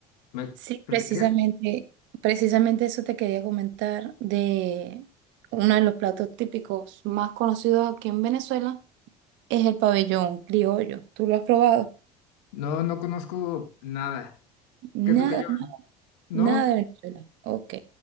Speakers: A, on the left; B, on the right.
A: ¿Me
B: Sí,
A: platicarías?
B: precisamente, precisamente eso te quería comentar de uno de los platos típicos más conocidos aquí en Venezuela es el pabellón criollo. ¿Tú lo has probado?
A: No, no conozco nada.
B: Nada,
A: ¿Qué es lo que lleva?
B: na-
A: No,
B: nada de Venezuela. Ok.